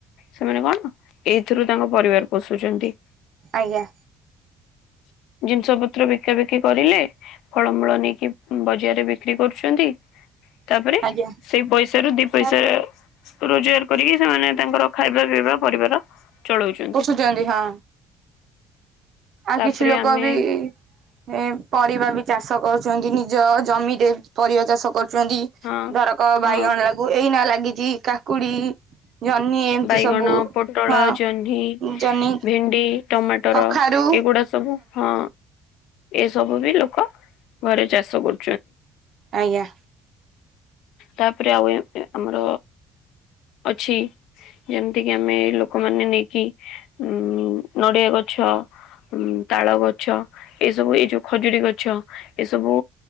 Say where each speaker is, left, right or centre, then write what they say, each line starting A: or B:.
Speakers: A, on the left; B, on the right.
A: ସେମାନେ କଣ ଏଇ ଏଥିରୁ ତାଙ୍କ ପରିବାର ପୋଷୁଛନ୍ତି।
B: ଆଜ୍ଞା।
A: <unintelligible> ଜିନିଷ ପତ୍ର ବିକା ବିକି କରିଲେ ଫଳମୂଳ ନେଇକି ହୁଁ ଜ ରେ ବିକ୍ରି କରୁଛନ୍ତି। ତାପରେ
B: ଆଜ୍ଞା
A: ସେଇ ପଇସା ରୁ ଦି ପଇସା
B: ସାର୍
A: ରୋଜଗାର କରିକି ସେମାନେ ତାଙ୍କର ଖାଇବା ପିଇବା ପରିବାର ଚଳଉଛନ୍ତି
B: ପଶୁଛନ୍ତି ହଁ। ଆଉ
A: ତାପରେ
B: କିଛି ଲୋକ
A: ଆମେ
B: ବି ଏଁ ପରିବା ବି ଚାଷ କରୁଚନ୍ତି ନିଜ ଜମିରେ ପରିବା ଚାଷ କରୁ ଚନ୍ତି
A: ହଁ
B: ଧରକ ବାଇଗଣ
A: ହଁ
B: ଲାଗୁ ଏଇନା ଲାଗ ଗିଜି କାକୁଡି ଜହ୍ନି ଏମିତି
A: ବାଇଗଣ
B: ସବୁ
A: ପୋଟଳ
B: ହଁ
A: ଜହ୍ନି
B: ଜହ୍ନି
A: ଭେଣ୍ଡି। ଟମାଟର
B: କଖାରୁ
A: ଏଇଗୁଡା ସବୁ ହଁ। ଏସବୁ ବି ଲୋକ ଘରେ ଚାଷ କରୁ
B: ଆଜ୍ଞା।
A: ତାପରେ ଆଉ ଏବେ ଆମର ଅଛି ଯେମିତି କିି ଆମେ ଲୋକମାନେ ନେଇକି ଉଁ ନଡିଆ ଗଛ ଉଁ ତାଳ ଗଛ ଏସବୁ ଏ ଯୋଉ ଖଜୁରୁରୀ ଗଛ ଏସବୁ